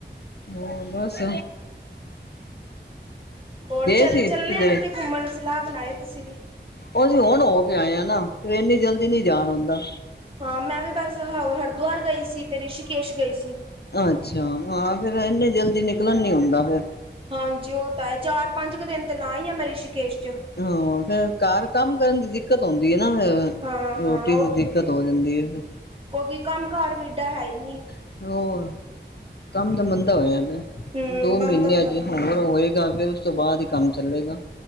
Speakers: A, on the left (about 60°); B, on the right (about 30°).
A: ਹ ਬੱਸ।
B: ਹੋਰ ਚੱਲ
A: ਸੀ
B: ਚੱਲਣੇ
A: ਕਿਧਰੇ
B: ਆ ਕਿਤੇ ਘੁੰਮਣ ਸਲਾਹ ਬਣਾਏ ਤੁਸੀਂ ਵੀ।
A: ਉਹ ਅਸੀਂ ਹੁਣ ਹੋ ਕੇ ਆਏ ਆ ਨਾ ਫਿਰ ਇੰਨੀ ਜਲਦੀ ਨੀ ਜਾਣ ਹੁੰਦਾ।
B: ਹਾਂ ਮੈਂ ਵੀ ਬਸ ਹਰਿਦੁਆਰ ਗਈ ਸੀ ਤੇ ਰਿਸ਼ੀਕੇਸ਼ ਗਈ ਸੀ।
A: ਅੱਛਾ, ਹਾਂ ਫਿਰ ਇੰਨੇ ਜਲਦੀ ਨਿਕਲਣ ਨੀ ਹੁੰਂਦਾ ਫਿਰ
B: ਹਾਂਜੀ ਉਹ ਤਾਂ ਹੈ ਚਾਰ ਪੰਜ ਕੁ ਦਿਨ ਤੇ ਲਾ ਆਈ ਆ ਮੈਂ ਰਿਸ਼ਕੇਸ਼ ਚ।
A: ਹਾਂ ਫੇਰ ਘਰ ਕੰਮ ਕਰਨ ਦੀ ਦਿੱਕਤ ਆਉਂਦੀ ਹੈ ਨਾ ਫਿਰ
B: ਹਾਂ-ਹਾਂ
A: ਰੋਟੀ ਦੀ ਦਿੱਕਤ ਹੋ ਜਾਂਦੀ ਹੈ ਫਿ
B: ਕਿੳਂਕਿ ਕੰਮ ਕਾਰ ਵੀ ਇਡਾ ਹੈ ਹੀ ਨਹੀਂ।
A: <inaudible> ਕੰਮ ਦਾ ਮੰਦਾ ਹੋਇਆ ਪਿਐ,
B: ਹੂੰ
A: ਦੋ
B: ਕੰਮ
A: ਮਹੀਨੇ
B: ਦਾ ਵੀ ਮੱਦਾ
A: ਹਜੇ ਹੋਰ ਹੋਏਗਾ ਫੇਰ ਉਸ ਤੋਂ ਬਾਅਦ ਹੀ ਕੰਮ ਚੱਲੇਗਾ।